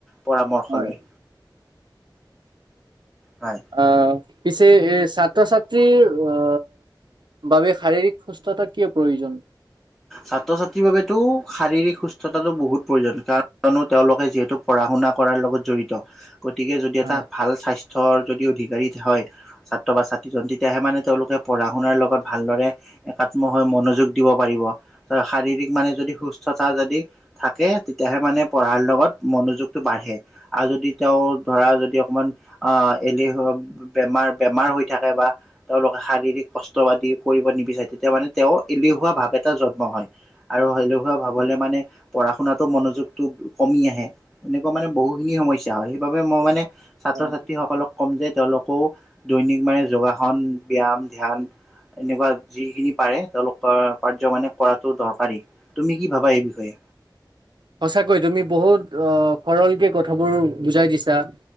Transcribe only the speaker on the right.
হয়
আহ পিছে এ ছাত্ৰ ছাত্ৰীৰ অ বাবে শাৰীৰিক সুস্থতা কিয় প্ৰয়োজন
হয়
হয়
সঁচাকৈ তুমি বহুত অ সৰলকে কথাবোৰ বুজাই দিছা।